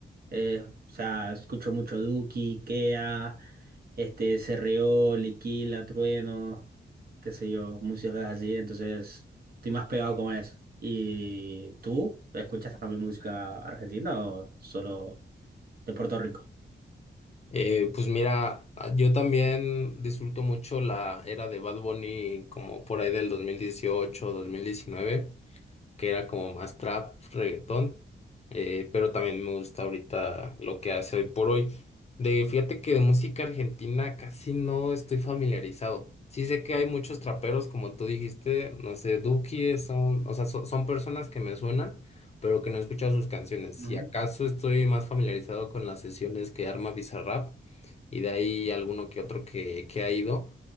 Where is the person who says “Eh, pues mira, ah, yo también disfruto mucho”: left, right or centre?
Left